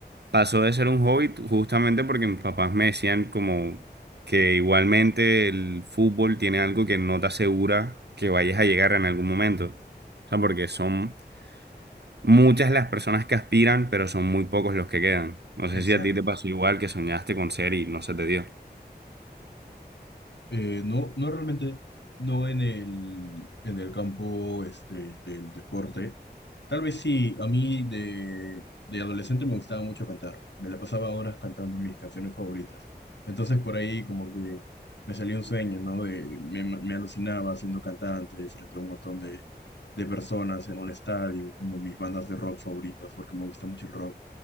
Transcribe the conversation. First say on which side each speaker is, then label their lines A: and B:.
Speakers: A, on the right; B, on the left.
A: pasó de ser un hobby justamente porque mis papás me decían como que igualmente el fútbol tiene algo que no te asegura que vayas a llegar en algún momento. O sea, porque son muchas las personas que aspiran, pero son muy pocos los que quedan. No sé
B: Exacto.
A: si a ti te pasó igual que soñaste con ser y no se te dio.
B: Eh, no, no realmente, no en el, en el campo este, del deporte. Tal vez sí, a mí de, de adolescente me gustaba mucho cantar. Me la pasaba horas cantando mis canciones favoritas. Entonces por ahí como que me salía un sueño, ¿no? De, me, me alucinaba siendo cantante frente a un montón de, de personas en un estadio, como mis bandas de rock favoritas, porque me gusta mucho el rock.